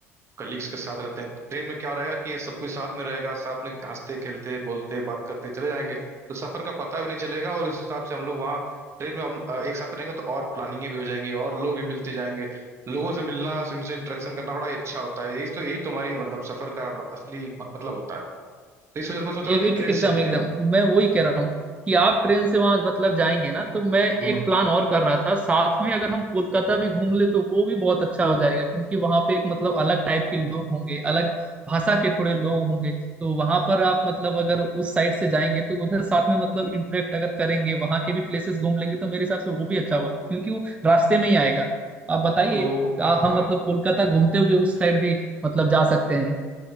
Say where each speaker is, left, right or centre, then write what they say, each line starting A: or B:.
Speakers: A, on the right; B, on the right.
A: कलीग्स के साथ रहते हैं ट्रेन में क्या रहेगा कि सब कोई साथ में रहेगा साथ में हंसते खेलते बोलते बात करते चले जाएंगे तो सफर का पता भी नहीं चलेगा और इस हिसाब से हम लोग वहाँ ट्रेन में हम अ, एक साथ रहेंगे तो और प्लानिंगें भी हो जाएंगी और लोग भी मिलते जाएंगे लोगों से मिलना उनसे इंटरेक्शन करना बड़ा ही अच्छा होता है यही तो यही तुम्हारी मतलब सफर का म- असली म- मतलब होता है तो इस वजह से मैं सोच
B: एक,
A: रहा हूँ कि
B: एक
A: ट्रेन
B: एकदम
A: से चलते
B: एकदम
A: हैं
B: मैं वही कह रहा हूँ कि आप ट्रेन से वहां मतलब जाएंगे ना तो मैं एक
A: हम्म।
B: प्लान और कर रहा था साथ में अगर हम कोलकाता भी घूम ले तो वो भी बहुत अच्छा हो जाएगा क्योंकि वहां पे एक मतलब अलग टाइप के लोग होंगे अलग भाषा के थोड़े लोग होंगे तो वहां पर आप मतलब अगर उस साइड से जाएंगे तो उधर साथ में मतलब इंटरेक्ट अगर करेंगे वहां के भी प्लेसेस घूम लेंगे तो मेरे हिसाब से वो भी अच्छा होगा क्योंकि वो रास्ते में ही आएगा आप बताइए
A: तो
B: आ-
A: हाँ
B: हम मतलब कोलकाता घूमते हुए उस साइड भी मतलब जा सकते हैं